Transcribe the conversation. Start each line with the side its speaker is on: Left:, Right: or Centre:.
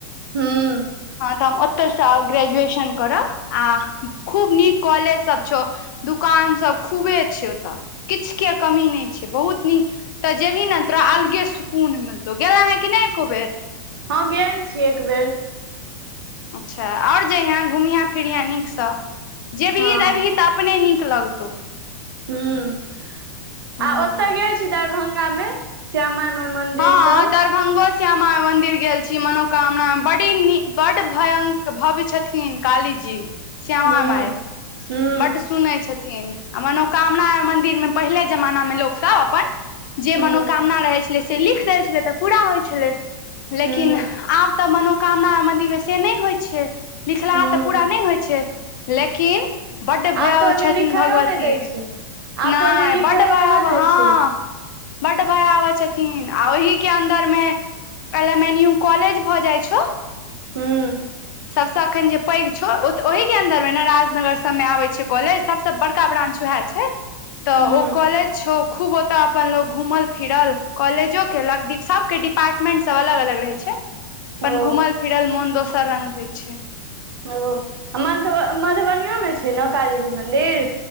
Right: हूँ
Left: हँ तऽ हम ओतऽ सँ आउ ग्रेजुएशन करऽ आ खूब नीक काॅलेज सँ च दुकान सब खूबे छै ओतऽ किछ के कमी नहि छै बहुत तऽ जेबही ने तोरा अलगे सुकून मिलतौ गेलै हें कि नहि एको बेर
Right: हँ गेल छी एक बेर
Left: अच्छा और जैहें घूमिहे फिरहें नीकसँ जेबही
Right: हँ
Left: तेबही तऽ अपने नीक लगतौ
Right: हूंम्म
Left: हूँ
Right: आ ओतय गेल छी दरभंगामे श्यामा माइ मंदिर
Left: हँ
Right: सब
Left: दरभंगो श्यामा मंदिर गेल छी मनोकामना मंदिर बड़ी बड्ड भयंक भव्य छथि छथिन काली जी श्यामा
Right: हूँ
Left: माय
Right: हूँ
Left: बड्ड सुनै छियै। थिन आ मनोकामना मन्दिरमे पहिले जमानामे लोकसभ अपन जे
Right: हूँ
Left: मनोकामना रहै छलै से लिख दै छलै तऽ पूरा होइ छलै लेकिन
Right: हूँ
Left: आब तऽ मनोकामना मन्दिरमे से नहि होइ छै लिखलाहा
Right: हूँ
Left: तऽ पूरा नहि होइ छै लेकिन बड्ड भव्य
Right: आब तऽ ओहिमे
Left: छथिन
Right: लिखैयो
Left: भगवती
Right: नहि दै छै आब
Left: नहि
Right: तऽ ओहिमे लिखैयो
Left: बड्ड भयाबह
Right: कहाँ दै
Left: हँ
Right: छै
Left: बड्ड भयावह छथिन आ ओहि के अन्दर मे L M N U college भऽ जाइ छौ
Right: हूंम्म
Left: सबसँ अखन जे पैघ छौ ओ ओहि के अंन्दर मे ने राजनगर सब मे आबे छै कॉलेज सबसे बड़का ब्रांच वएह छै तऽ
Right: हूँ
Left: ओ काॅलेज छौ खूब ओतऽ अपन लोग घूमल फिरल कॉलेजो केेलक सब के डिपार्मेंट सब अलग अलग रहै छै अपन
Right: ओ
Left: घूमल फिरल मोन दोसर रंग होइ छै
Right: ओ मधुबन मधुबनि मे छै ने कालीजी मन्दिर